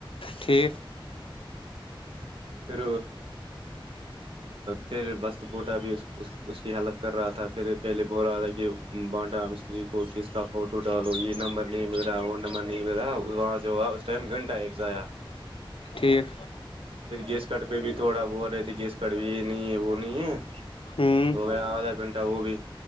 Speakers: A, on the left (about 75°); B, on the right (about 80°).
A: ٹھیک
B: پھر پھر وست بوٹا بھی اس کی ہیلپ کر رہا تھا پھر پہلے بول رہا تھا کہ بانٹا مستری کو کس کا فوٹو ڈالو یہ نمبر نہیں مل رہا وہ نمبر نہیں مل رہا وہاں سے ہوا اس ٹائم گھنٹہ ایک جایا
A: ٹھیک
B: پھر گیس کٹ پہ بھی تھوڑا ب رہے تھے گیس کٹ بھی یہ نہیں ہے وہ نہیں ہے
A: ہوں
B: ہو گیا آدھا گھنٹہ وہ بھی